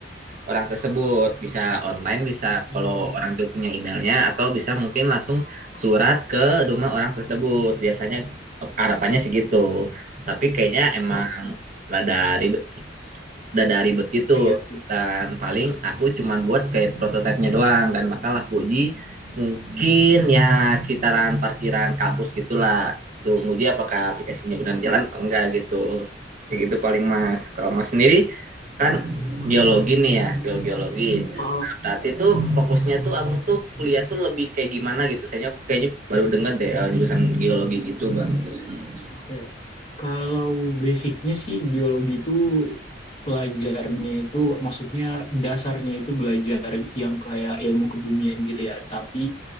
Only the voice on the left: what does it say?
Oh,
oke,
Iya
sih.
Oke, Kalau basicnya sih geologi itu pelajarnya itu maksudnya dasarnya itu belajar yang kayak ilmu kebumian gitu ya. Tapi